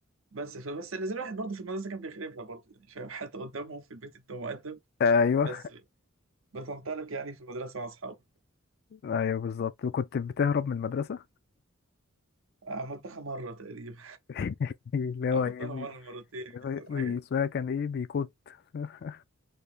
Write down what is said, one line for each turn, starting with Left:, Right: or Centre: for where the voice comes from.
Right: بس فبس اللي زي الواحد برضه في المدرسه كان بيخربها برضه يعني فاهم <laughs> حتى قدامهم في البيت انت مؤدب
Left: ايوه
Right: بس بتنطلق يعني في المدرسه مع اصحابك
Left: ايوه بالظبط كنت بتهرب من المدرسة
Right: عملتها مره تقريبا
Left: <laughs> اللي هو
Right: عملتها
Left: ايه بي...
Right: مرة مرتين يعني
Left: بي...
Right: حاجة كده
Left: اسمها كان ايه بيكوت <laughs>